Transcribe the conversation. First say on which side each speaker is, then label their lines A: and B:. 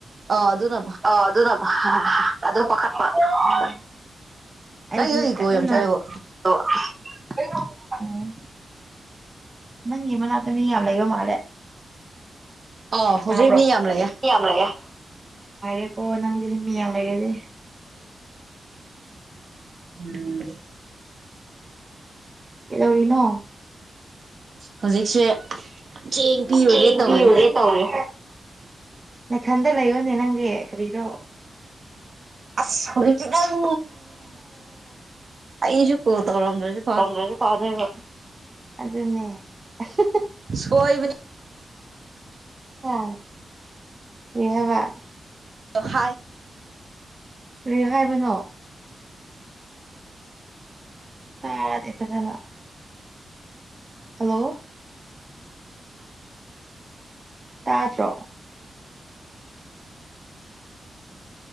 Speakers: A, on the right; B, on the right.
A: ꯑ ꯑꯗꯨꯅ
B: ꯑ ꯑꯗꯨ <unintelligible> ꯑꯗꯨ ꯄꯥꯈꯠꯄ ꯑꯣ ꯑꯩꯗꯤ
A: ꯅꯪꯒꯤꯗꯣ ꯏꯀꯣ
B: ꯀꯟꯅ
A: ꯌꯥꯝ ꯆꯠꯂꯦꯕꯣ
B: <unintelligible> ꯎꯝ ꯅꯪꯒꯤ ꯃꯅꯥꯛꯇ ꯃꯤ ꯌꯥꯝ ꯂꯩꯕ ꯃꯥꯜꯂꯦ
A: ꯑꯣ ꯍꯧꯖꯤꯛ
B: ꯇꯥꯕ꯭ꯔꯣ
A: ꯃꯤ ꯌꯥꯝ ꯂꯩꯌꯦ
B: ꯃꯤ ꯌꯥꯝ ꯂꯩꯌꯦ ꯅꯨꯡꯉꯥꯏꯔꯦꯀꯣ ꯅꯪꯗꯤ ꯃꯤ ꯌꯥꯝ ꯂꯩꯔꯗꯤ
A: ꯎꯝ
B: ꯀꯩꯗꯧꯔꯤꯅꯣ
A: ꯍꯧꯖꯤꯛꯁꯦ ꯆꯦꯡ ꯄꯤꯔꯨꯒꯦ
B: ꯊꯦꯡ
A: ꯇꯧꯔꯤ
B: ꯄꯤꯔꯨꯒꯦ ꯇꯧꯔꯤ ꯅꯊꯟꯗ ꯂꯩꯌꯣꯅꯦ ꯅꯪꯗꯤ ꯀꯔꯤꯔꯣ
A: ꯑꯁ ꯍꯧꯖꯤꯛꯇꯤ ꯗꯨꯝ ꯑꯩꯁꯨ ꯀꯣꯜ ꯇꯧꯔꯝꯗꯔꯁꯨ
B: ꯇꯧꯔꯝꯗꯔꯁꯨ ꯐꯗꯣꯏꯕ ꯑꯗꯨꯅꯦ <unintelligible>
A: ꯁꯣꯏꯕꯅꯤ
B: ꯑ ꯀꯔꯤ ꯍꯥꯏꯕ
A: ꯗꯣ ꯍꯥꯏ
B: ꯀꯔꯤ ꯍꯥꯏꯕꯅꯣ ꯇꯥꯗꯦ ꯐꯖꯅ ꯍꯜꯂꯣ ꯇꯥꯗꯔꯣ